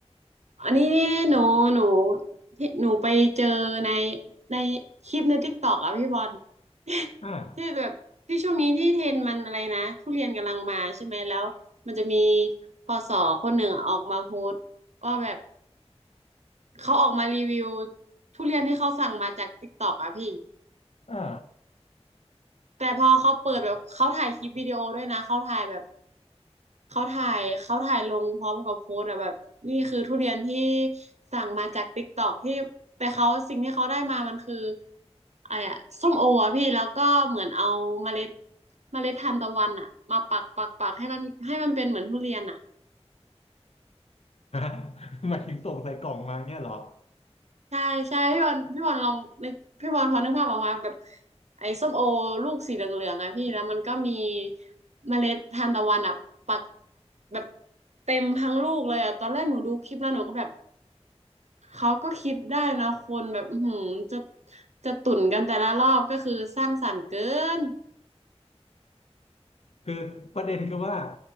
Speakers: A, on the right (about 90°); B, on the left (about 70°).
A: อันนี้นี่หนูหนูที่หนูไปเจอในในคลิปในทิกตอกอะพี่บอล <laughs>
B: อ่า
A: ที่แบบที่ช่วงนี้ที่เทรนด์มันอะไรนะทุเรียนกำลังมาใช่ไหมแล้วมันจะมีพสคนหนึ่งออกมาโพสต์ว่าแบบเขาออกมารีวิวทุเรียนที่เขาสั่งมาจากทิกตอกอะพี่
B: อ่า
A: แต่พอเขาเปิดแบบเขาถ่ายคลิปวิดีโอด้วยนะเขาถ่ายแบบเขาถ่ายเขาถ่ายลงพร้อมกับโพสต์อะแบบนี่คือทุเรียนที่สั่งมาจากติ๊กตอกที่แต่เขาสิ่งที่เขาได้มามันคืออะไรอะส้มโออะพี่แล้วก็เหมือนเอาเมล็ดเมล็ดทานตะวันอะมาปักปักปักให้มันให้มันเป็นเหมือนทุเรียนอะ
B: <laughs> หมายถึงส่งใส่กล่องมาเนี่ยเหรอ
A: ใช่ใช่พี่บอลพี่บอลลองนึกพี่บอลพอนึกภาพออกมาแบบไอ้ส้มโอลูกสีเหลืองๆอะพี่แล้วมันก็มีเมล็ดทานตะวันอะปักแบบเต็มทั้งลูกเลยอะตอนแรกหนูดูคลิปแล้วหนูก็แบบเขาก็คิดได้นะคนแบบอื้อหือจะจะตุ่นกันแต่ละรอบก็คือสร้างสรรค์เกิน
B: คือประเด็นคือว่า